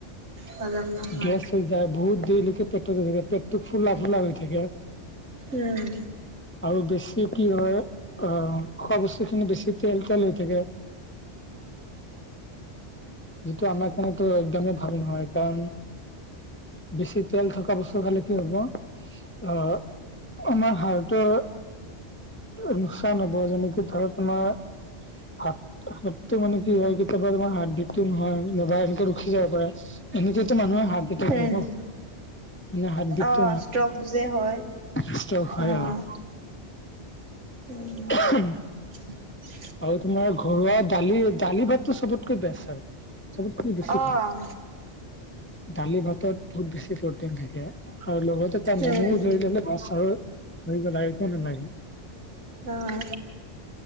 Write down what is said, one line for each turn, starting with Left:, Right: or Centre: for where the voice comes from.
Right: হজম নহয়।
Left: গেছ হৈ- যায় বহুত দেৰিলৈকে পেটত থাকে পেটোক ফুলা ফুলা হৈ থাকে।
Right: উমঁ!
Left: আৰু বেছি কি হয়ঁ। আহ খোৱা বস্তু খিনি বেছি তেল তেল হৈ থাকে। যিটো আমাৰ কাৰনেতো একদমেই ভাল নহয়, কাৰণ- বেছি তেল থকা বস্তু খালে কি হ'ব? আহ আমাৰ হাৰ্টৰ লোকচান হ'ব যেনেকে, ধৰা তোমাৰ হাত হাতটো মানে কি হয়, কেতিয়াবা তোমাৰ হাৰ্ডিটো নহয় নবা এনেকে ৰখি যাব পাৰে। এনেকা মানুহে হাৰ্ডিটো হয়
Right: উম,
Left: ন' মানে হাৰ্ডিটো
Right: অ', ষ্ট্ৰক যে হয়।
Left: <unintelligible>
Right: অ', উম,
Left: <unintelligible>
Right: <inaudible>
Left: আৰু তোমাৰ ঘৰুৱা দালি-দালি ভাতটো চবতকে বেষ্ট আৰু। চবতকৈ বেছি
Right: অ',
Left: দালি ভাতত বহুত বেছি প্ৰটিন থাকে। আৰু লগত এটা নেমু
Right: উম।
Left: লৈ ললে বাছ আৰু ধৰি ললা একো নালাগে।
Right: অঁ।